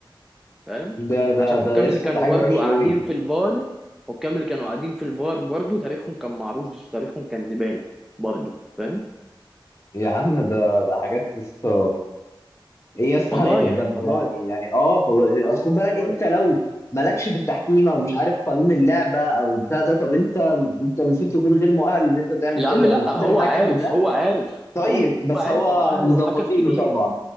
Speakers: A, in the centre; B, on the left.
A: فاهم
B: ده ده
A: عشان الحكام
B: ده لسه
A: اللي كانوا
B: ده حاجه
A: برضو
B: وحشه
A: قاعدين
B: قوي
A: في الفار الحكام اللي كانوا قاعدين في الفار برضو تاريخهم كان معروف تاريخهم كان زبالة برضو فاهم
B: يا عم ده ده حاجات لسه ايه يا اسطى
A: فضايح
B: حرقه الدم
A: فضايح
B: ده يعني يعني اه فض-
A: فضايح
B: اصل خد بالك انت لو مالكش في التحكيم او مش عارف قانون اللعبه او البتاع ده طب انت انت المفروض تكون غير مؤهل ان انت تعمل
A: يا
B: كده
A: عم لا
B: والمفروض
A: هو
B: الحكم
A: عارف
B: ده
A: هو عارف
B: طيب
A: هو
B: بس
A: عارف
B: هو
A: ومؤهل
B: مظبطينه
A: وحكم كبير
B: طبعا